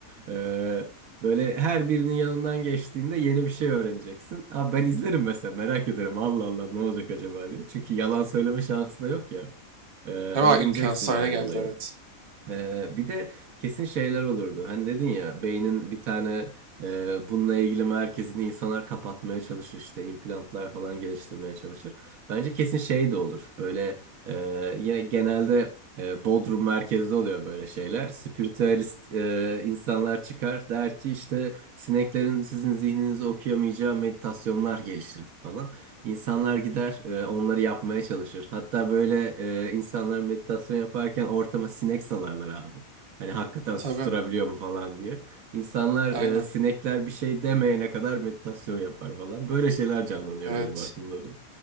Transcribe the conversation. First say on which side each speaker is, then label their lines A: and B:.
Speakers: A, on the right (about 75°); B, on the right (about 45°).
A: E, Böyle her birinin yanından geçtiğinde yeni bir şey öğreneceksin. Abi ben izlerim mesela merak ederim Allah Allah ne olacak acaba diye. Çünkü yalan söyleme şansı da yok ya. Ee, öğreneceksin
B: Hemen imkansız
A: yani
B: hale geldi
A: olayı.
B: evet.
A: Ee, bir de kesin şeyler olurdu. Hani dedin ya beynin bir tane e, bununla ilgili merkezini insanlar kapatmaya çalışır işte implantlar falan geliştirmeye çalışır. Bence kesin şey de olur. Böyle e, yine genelde e, Bodrum merkezde oluyor böyle şeyler. Spiritüalist e, insanlar çıkar der ki işte sineklerin sizin zihninizi okuyamayacağı meditasyonlar geliştirdik falan. İnsanlar gider, e, onları yapmaya çalışır. Hatta böyle e, insanlar meditasyon yaparken ortama sinek salarlar abi. Hani hakikaten susturabiliyor
B: Tabii.
A: mu falan diye. İnsanlar
B: Aynen.
A: e, sinekler bir şey demeyene kadar meditasyon yapar falan. Böyle şeyler canlanıyor
B: Evet.
A: benim aklımda da.